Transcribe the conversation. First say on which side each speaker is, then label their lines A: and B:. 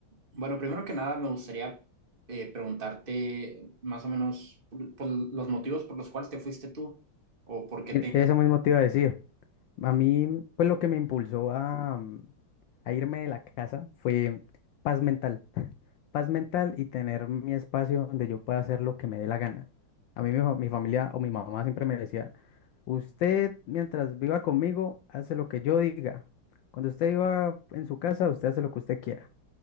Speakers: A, on the right; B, on the left.
A: bueno, primero que nada me gustaría eh, preguntarte más o menos por, por los motivos por los cuales te fuiste tú o por qué
B: Mira,
A: te...
B: Eso mismo te iba a decir. A mí, mm, pues lo que me impulsó a, mm, a irme de la casa fue paz mental. <laughs> Paz mental y tener mi espacio donde yo pueda hacer lo que me dé la gana. A mí mi, fa- mi familia o mi mamá siempre me decía, usted mientras viva conmigo, hace lo que yo diga. Cuando usted viva en su casa, usted hace lo que usted quiera.